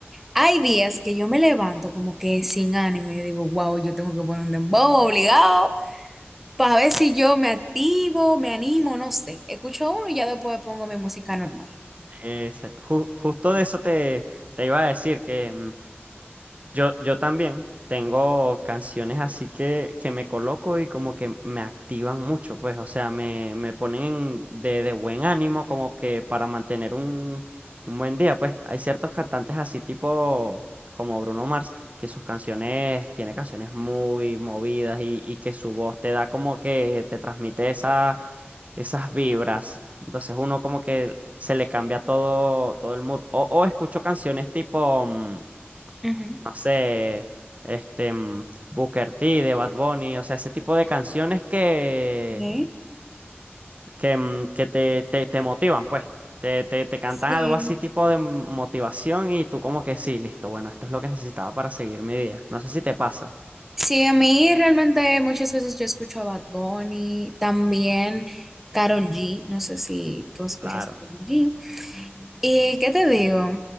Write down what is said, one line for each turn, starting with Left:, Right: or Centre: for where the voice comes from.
Centre: Hay días que yo me levanto como que sin ánimo. Yo digo, wow, yo tengo que poner un dembow obligado para ver si yo me activo, me animo, no sé. Escucho uno y ya después pongo mi música normal.
Right: Exacto. Ju- justo de eso te, te iba a decir que mm, Yo, yo también tengo canciones así que, que me coloco y como que me activan mucho, pues, o sea, me, me ponen de, de buen ánimo como que para mantener un, un buen día, pues. Hay ciertos cantantes así tipo como Bruno Mars, que sus canciones, tiene canciones muy movidas y, y que su voz te da como que te transmite esa, esas vibras. Entonces uno como que se le cambia todo, todo el mood. O, o escucho canciones tipo... mm,
Centre: Ujú.
Right: no sé, este, mm, Booker T, de Bad Bunny, o sea, ese tipo de canciones que,
Centre: ¿Eh?
Right: que, mm, que te, te, te motivan, pues. Te, te, te cantan
Centre: Sí.
Right: algo así tipo de motivación y tú como que sí, listo, bueno, esto es lo que necesitaba para seguir mi día. No sé si te pasa.
Centre: Sí, a mí realmente muchas veces yo escucho a Bad Bunny, también Karol G. No sé si tú escuchas
Right: claro
Centre: Karol G. ¿Y qué te digo?